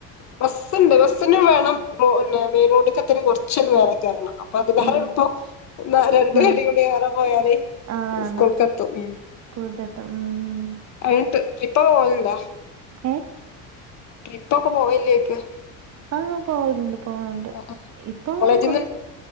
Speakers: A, on the left (about 45°); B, on the right (about 40°).
A: ബസ് ഉണ്ട് ബസ്സിനും വേണം പിന്നെ മെയിൻ റോഡേക്കെത്തണേ കുറച്ചങ്ങ് ഇറങ്ങി ചെല്ലണം അപ്പൊ അത് വേറെ
B: ഓ
A: ഇപ്പൊ രണ്ട്
B: ആഹ്
A: കടയും കൂടി വേറെ പോയാല്
B: അതാണ്
A: സ്കൂൾക്കെത്തും ഉം
B: സ്കൂളിലെത്തും ഉം
A: വൈകിട്ട് ട്രിപ്പൊക്കെ പോകലുണ്ടോ
B: ഏ
A: ട്രിപ്പൊക്കെ പോവലില്ലേ ചോദിക്കുവാ
B: ആഹ് പോവലുണ്ട് പോവലുണ്ട്
A: ആഹ് ആഹ്
B: ഇപ്പൊ
A: കോളേജിന്ന്
B: കുറ